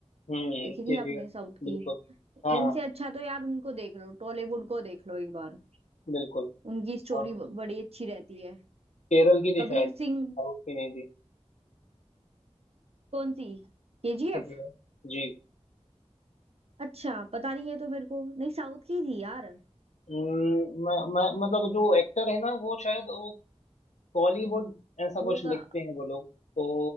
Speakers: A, on the left; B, on the right.
A: हम्म
B: देखी थी
A: केजीएफ
B: आपने साउथ
A: बिल्कुल
B: की
A: हाँ
B: इनसे
A: हाँ
B: अच्छा तो यार उनको देख लो टॉलीवुड को देख लो एक बार
A: बिल्कुल
B: उनकी स्टोरी
A: हाँ
B: बड़ी अच्छी रहती है
A: केरल की थी
B: कबीर
A: शायद साउथ
B: सिंह
A: की नहीं थी
B: कौन सी केजीएफ
A: केजीएफ जी जी
B: अच्छा पता नहीं है तो मेरे को नहीं साउथ की थी यार
A: हम्म, मैं, मैं मतलब जो एक्टर है ना वो शायद वो कॉलीवुड ऐसा कुछ
B: होगा
A: लिखते हैं वो लोग तो